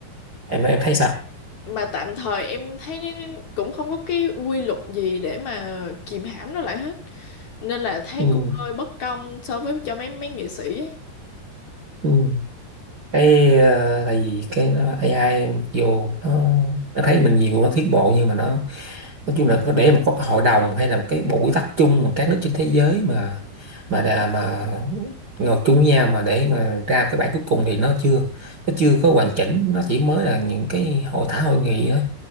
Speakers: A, on the right (about 45°); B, on the left (about 60°).
A: em em thấy sao
B: mà tạm thời em thấy nó- nó cũng không có cái quy luật gì để mà kìm hãm nó lại hết nên là thấy
A: ừ
B: cũng hơi bất công so với cho mấy mấy nghệ sĩ ấy
A: ừ cái ờ, tại vì cái nó AI mặc dù nó, nó thấy mình nhiều nó tiến bộ nhưng mà nó nói chung là có để mà có cái hội đồng hay là một cái bộ quy tắc chung mà các nước trên thế giới mà mà đã- mà ngồi chung với nhau mà để mà ra cái bản cuối cùng thì nó chưa nó chưa có hoàn chỉnh nó chỉ mới là những cái hội thảo hội nghị thôi